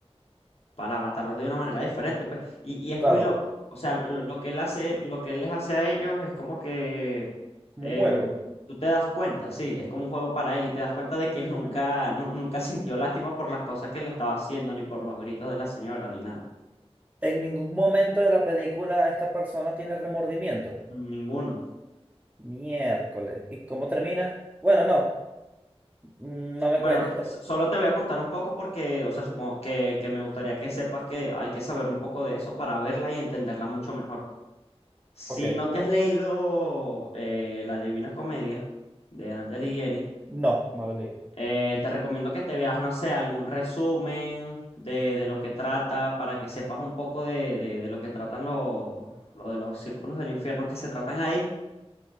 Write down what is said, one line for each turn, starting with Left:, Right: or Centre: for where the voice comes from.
Left: para matarlos de una manera diferente, pues. Y, y es
Right: Claro,
Left: muy loco. O sea, lo, lo que él hace, lo que él les hace a ellos es como que
Right: como
Left: em,
Right: un juego.
Left: tú te das cuenta, sí, es como un juego para él y te das cuenta de que
Right: Ujú.
Left: nunca, nu- nunca <laughs> sintió lástima por las cosas que le estaba haciendo, ni por los gritos de la señora, ni nada.
Right: En ningún momento de la película esta persona tiene remordimiento.
Left: Ninguno.
Right: Miércoles. ¿Y cómo termina? Bueno, no. Mm, No me
Left: Bueno,
Right: cuentes
Left: te-
Right: esto.
Left: so- solo te voy a contar un poco porque, o sea, supongo que, que me gustaría que sepas que hay que saber un poco de eso para verla y entenderla mucho mejor. Si
Right: Ok.
Left: no te has leído eh, La Divina Comedia de Dante Alighieri,
Right: No, no lo he leído.
Left: Eh, te recomiendo que te veas, no sé, algún resumen de, de lo que trata para que sepas un poco de, de- de lo que tratan los, lo de los círculos del infierno que se tratan ahí,